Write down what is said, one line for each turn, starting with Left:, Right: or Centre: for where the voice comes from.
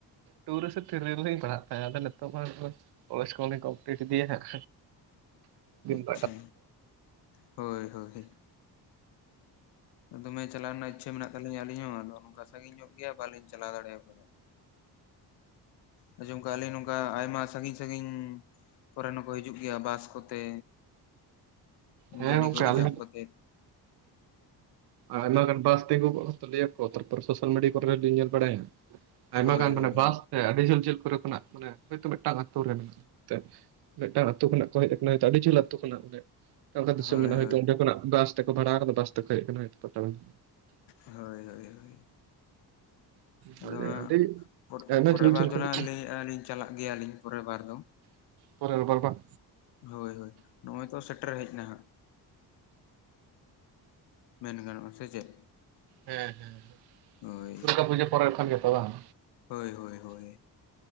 Right: ᱴᱩ ᱨᱮᱥᱮ ᱛᱷᱤᱨᱤᱞᱤᱧ ᱯᱟᱲᱦᱟᱜ ᱛᱟᱦᱮᱸᱱᱟ ᱟᱫᱚ ᱱᱤᱛᱚᱜ ᱢᱟᱼᱼ ᱠᱚᱞᱮᱡᱽ ᱠᱚᱦᱚᱸᱞᱤᱧ ᱠᱚᱢᱯᱞᱤᱴ ᱤᱫᱤᱭᱟ ᱱᱷᱟᱜ <unintelligible>
Left: ᱦᱮᱸ ᱦᱳᱭ ᱦᱳᱭ ᱫᱚᱢᱮ ᱪᱟᱞᱟᱣ ᱨᱮᱱᱟᱜ ᱤᱪᱪᱷᱟᱹ ᱢᱮᱱᱟᱜ ᱛᱟᱹᱞᱤᱧᱟ ᱟᱹᱞᱤᱧ ᱦᱚᱸ ᱟᱫᱚ ᱱᱚᱝᱠᱟ ᱥᱟᱺᱜᱤᱧ ᱧᱚᱜ ᱜᱮᱭᱟ ᱵᱟᱹᱞᱤᱧ ᱪᱟᱞᱟᱣ ᱫᱟᱲᱮᱭᱟᱼᱜ ᱯᱟᱞᱮᱫ ᱟᱸᱡᱚᱢ ᱟᱠᱟᱜ ᱞᱤᱧ ᱱᱚᱝᱠᱟ ᱟᱭᱢᱟ ᱥᱟᱺᱜᱤᱧ ᱥᱟᱺᱜᱤᱧᱻ ᱠᱚᱨᱮᱱ ᱦᱚᱸᱠᱚ ᱦᱤᱡᱩᱜ ᱜᱮᱭᱟ ᱵᱟᱥ ᱠᱚᱛᱮ
Right: ᱦᱮᱸ
Left: ᱜᱟᱹᱰᱤ
Right: ᱜᱚᱝᱠᱮ
Left: ᱠᱚ ᱨᱤᱡᱟᱵᱷ
Right: <unintelligible> ᱦᱮᱸ
Left: ᱠᱟᱛᱮᱫ
Right: ᱟᱭᱢᱟ ᱜᱟᱱ ᱵᱟᱥ ᱛᱤᱸᱜᱩ ᱠᱚᱜᱼᱼ ᱞᱟᱹᱭ ᱟᱠᱚ ᱛᱟᱨᱯᱚᱨ ᱥᱳᱥᱟᱞ ᱢᱤᱰᱤᱭᱟ ᱠᱚᱨᱮ ᱞᱤᱧ ᱧᱮᱞ ᱵᱟᱲᱟᱭᱟ ᱟᱭᱢᱟ
Left: ᱦᱳᱭ
Right: ᱜᱟᱱ
Left: ᱦᱳᱭ
Right: ᱢᱟᱱᱮ
Left: ᱦᱳᱭ
Right: ᱵᱟᱥᱼᱼ ᱟᱹᱰᱤ ᱡᱷᱟᱹᱞ ᱡᱷᱟᱹᱞ ᱠᱚᱨᱮ ᱠᱷᱚᱱᱟᱜ ᱢᱟᱱᱮ ᱦᱚᱭᱛᱳ ᱢᱤᱫᱴᱟᱹᱝ ᱟᱹᱛᱳ ᱨᱮ ᱢᱮᱱᱟᱜᱼᱟ ᱢᱮᱱᱛᱮ ᱢᱤᱫᱴᱟᱹᱝ ᱟᱹᱛᱳ ᱠᱷᱚᱱᱟᱜ ᱠᱚ ᱦᱮᱡ ᱟᱠᱟᱱᱟ <unintelligible> ᱟᱹᱰᱤ ᱡᱷᱟᱹᱞ ᱟᱹᱛᱳ ᱠᱷᱚᱱᱟᱜ ᱢᱟᱱᱮ ᱚᱱᱠᱟᱼᱚᱱᱠᱟ
Left: ᱦᱳᱭ
Right: ᱫᱤᱥᱚᱢ
Left: ᱦᱳᱭ
Right: ᱢᱮᱱᱟᱜᱼᱟ ᱦᱚᱭᱛᱚ ᱚᱱᱛᱮ ᱠᱷᱚᱱᱟᱜ ᱵᱟᱥ ᱛᱮᱠᱚ ᱵᱷᱟᱲᱟ ᱵᱟᱥ ᱛᱮᱠᱚ ᱦᱮᱡ <unintelligible>
Left: ᱦᱳᱭ ᱦᱳᱭ ᱦᱳᱭ ᱟᱫᱚ
Right: ᱚᱱᱠᱟᱜᱮ
Left: ᱦᱟᱸᱜ
Right: ᱟᱹᱰᱤ ᱟᱭᱢᱟ
Left: ᱯᱚᱨᱮ
Right: ᱡᱷᱟᱹᱞ
Left: ᱵᱟᱨ
Right: ᱡᱷᱟᱹᱞ
Left: ᱫᱚ
Right: ᱠᱷᱚᱱᱟᱜ
Left: ᱦᱟᱸᱜ
Right: ᱠᱚ
Left: ᱞᱟᱹᱭᱮᱫᱼᱞᱤᱧ ᱪᱟᱞᱟᱜ ᱜᱮᱭᱟᱞᱤᱧ ᱯᱚᱨᱮ ᱵᱟᱨ ᱫᱚ
Right: ᱯᱚᱨᱮᱞ ᱵᱟᱨ ᱵᱟᱝ
Left: ᱦᱳᱭ ᱦᱳᱭ ᱱᱚᱜᱼᱚᱭ ᱛᱚ ᱥᱮᱴᱮᱨ ᱦᱮᱡ ᱮᱱᱟ ᱦᱟᱸᱜ ᱢᱮᱱ ᱜᱟᱱᱚᱜᱼᱟ ᱥᱮ ᱪᱮᱫ
Right: ᱦᱮᱸ ᱦᱮᱸ
Left: ᱦᱳᱭ
Right: ᱫᱩᱨᱜᱟ ᱯᱩᱡᱟᱹ ᱯᱚᱨᱮᱨ ᱠᱷᱟᱱ ᱜᱮ ᱛᱚ ᱵᱟᱝ,
Left: ᱦᱳᱭ ᱦᱳᱭ ᱦᱳᱭ